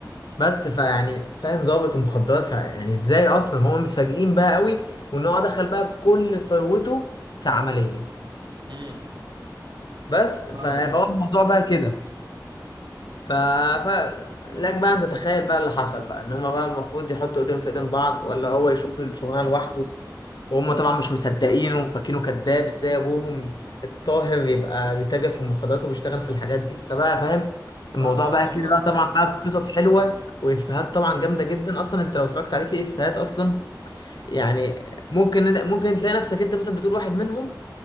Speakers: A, on the left; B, on the right.
A: بس فيعني فاهم ظابط ومخدرات فيعني ازاي اصلا هما متفاجئين بقى قوي وان هو دخل بقى بكل ثروته في عمليه
B: أر- امم
A: بس ف-
B: فاهمك
A: فهو
B: اه
A: الموضوع بقى كده ف... ف... لك بقى انت تتخيل بقى اللي حصل بقى ان هما بقى المفروض يحطوا ايدين في ايدين بعض ولا هو يشوف الشغلانه لوحده وهم طبعا مش مصدقينه وفاكينه كذاب ازاي ابوهم الطاهر يبقى بيتاجر في المخدرات وبيشتغل في الحاجات دي فبقى فاهم الموضوع
B: فاهمك
A: بقى
B: اه
A: كده
B: ما-
A: بقى طبعا
B: س-
A: بقى بقصص حلوه وافيهات طبعا جامده جدا اصلا انت لو اتفرجت عليه في افيهات اصلا يعني ممكن ممكن تلاقي نفسك انت مثلا بتقول واحد منهم